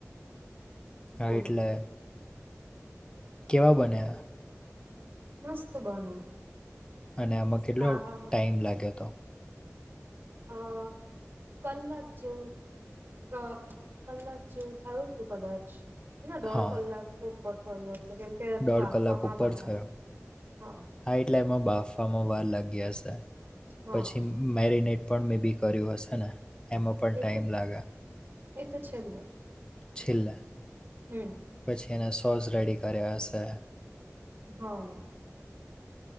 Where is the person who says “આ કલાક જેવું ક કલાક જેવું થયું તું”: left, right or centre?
Right